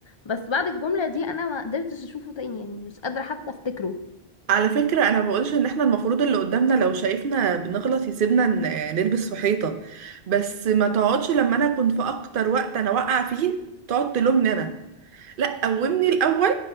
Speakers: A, on the left; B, on the right.
A: بس بعد الجملة دي انا ما قدرتش اشوفه تاني يعني مش قادرة حتى افتكره
B: على فكرة أنا بقولش إن إحنا المفروض اللي قدامنا لو شايفنا بنغلط يسيبنا ن- نلبس في حيطة بس ما تقعدش لما أنا أكون في أكتر وقت أنا واقعة فيه تقعد تلومني أنا لا قومني الاول